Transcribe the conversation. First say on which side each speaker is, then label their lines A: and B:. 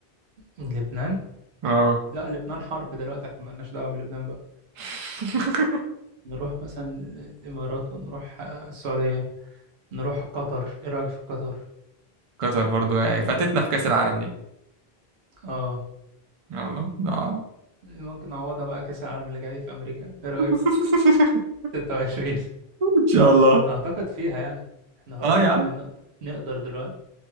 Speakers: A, on the right (about 90°); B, on the right (about 45°).
A: لبنان
B: اه
A: لا لبنان حرب دلوقتي احنا مالناش دعوة بلبنان بقى
B: <laughs>
A: نروح مثلا الإمارات ونروح آه، السعودية نروح قطر ايه رأيك في قطر
B: قطر برضو يعني فاتتنا في كأس العالم دي
A: اه
B: يلا آه.
A: ممكن نعوضها بقى كأس العالم اللي جاي في أمريكا ايه رأيك
B: <laughs>
A: 26
B: ان شاء الله
A: اعتقد فيها يعني احنا خلاص
B: اه يا عم
A: يعني نقدر نقدر دلوقتي